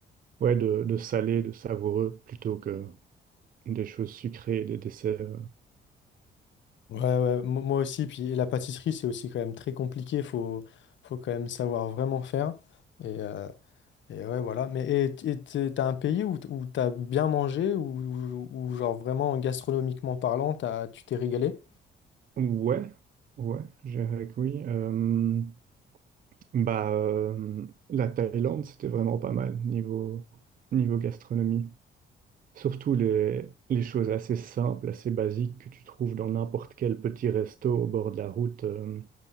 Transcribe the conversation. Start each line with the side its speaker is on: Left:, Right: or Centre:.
Right: ouais, de, de salé, de savoureux, plutôt que des choses sucrées, des desserts.
Left: Ouais, ouais, mo- moi aussi. Puis la pâtisserie, c'est aussi quand même très compliqué. Faut, faut quand même savoir vraiment faire. Et, euh, et ouais, voilà. Mais et, et t'es- t'as un pays où, t- où t'as bien mangé, ou ou- ou genre vraiment gastronomiquement parlant, t'as, tu t'es régalé?
Right: euh. Ouais, ouais, je dirais que oui. Euh, Bah, euh, la Thaïlande, c'était vraiment pas mal niveau, niveau gastronomie. Surtout les, les choses assez simples, assez basiques que tu trouves dans n'importe quel petit resto au bord de la route. euh,